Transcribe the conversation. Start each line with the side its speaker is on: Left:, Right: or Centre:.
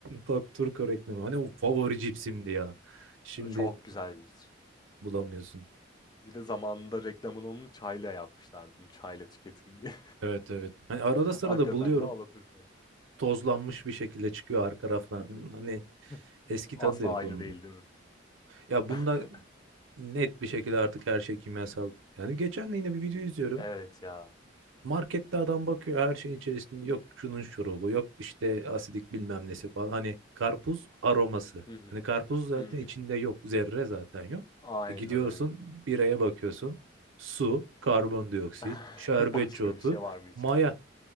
Right: Tok- Turko reklamı. Hani o favori cipsimdi ya. Şimdi
Left: çok güzel cips.
Right: bulamıyorsun.
Left: Bir de zamanında reklamını onun çayla yapmışlardı, bunu çayla tüketin diye.
Right: Evet evet. Hani arada
Left: <laughs>
Right: sırada
Left: Hakikaten
Right: buluyorum.
Left: de alaturka.
Right: Tozlanmış bir şekilde çıkıyor arka raflardan. Hani
Left: <laughs>
Right: eski
Left: Asla
Right: tadı da yok
Left: aynı
Right: onun.
Left: değil, değil mi?
Right: Ya bunda
Left: <laughs>
Right: net bir şekilde artık her şey kimyasal. Yani geçen de yine bir video izliyorum.
Left: Evet ya.
Right: Markette adam bakıyor her şeyin içerisinde yok şunun şurubu yok işte asidik bilmem nesi falan. Hani karpuz aroması.
Left: Hı hı.
Right: Hani karpuz zaten
Left: Hımm.
Right: içinde yok zerre zaten yok.
Left: Aynen
Right: E gidiyorsun
Left: öyle.
Right: biraya bakıyorsun su, karbondioksit,
Left: <laughs>
Right: şerbetçi
Left: Başka
Right: otu,
Left: bir şey var mı içinde?
Right: maya